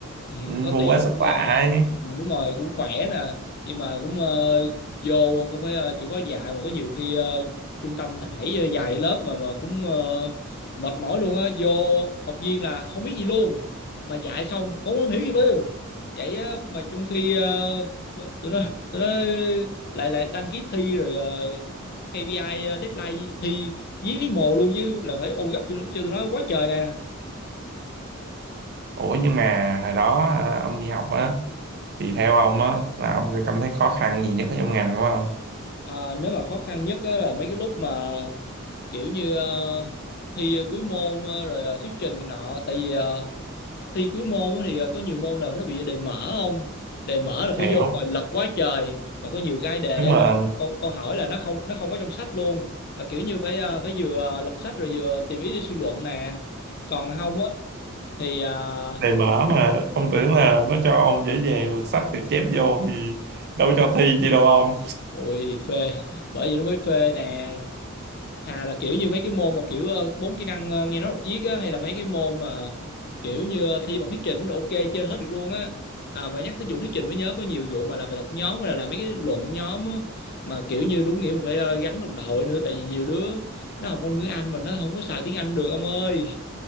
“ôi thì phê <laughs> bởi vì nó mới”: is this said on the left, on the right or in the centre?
Left